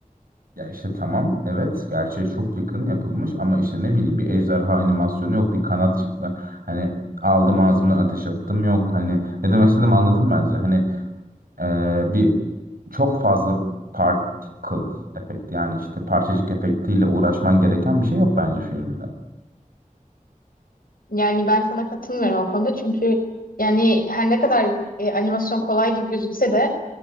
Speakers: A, on the right (about 80°); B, on the left (about 85°).
A: Ya işte tamam evet gerçeğe çok yakın yapılmış ama işte ne bileyim bir ejderha animasyonu yok bir kanat çıkma hani aldım ağzımdan ateş attım yok hani ne demek istedim anladım bence. Hani Ee, bir çok fazla particle efekt yani işte parçacık efektiyle uğraşman gereken bir şey yok bence filmde.
B: Yani ben sana katılmıyorum o konuda çünkü yani her ne kadar e, animasyon kolay gibi gözükse de